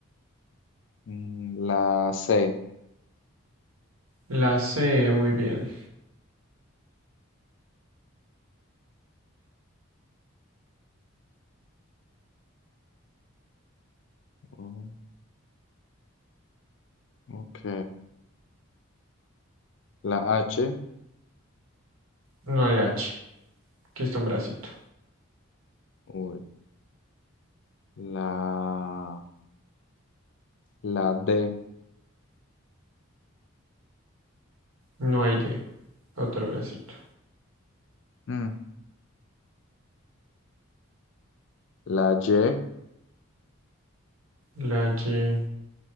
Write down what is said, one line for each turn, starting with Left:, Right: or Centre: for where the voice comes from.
Left: mm, La C,
Right: La C, muy bien.
Left: oh, ok, la H,
Right: No hay H. Aquí está un bracito.
Left: uy, la, la D,
Right: No hay D. Otro bracito.
Left: mm, la Y,
Right: La Y.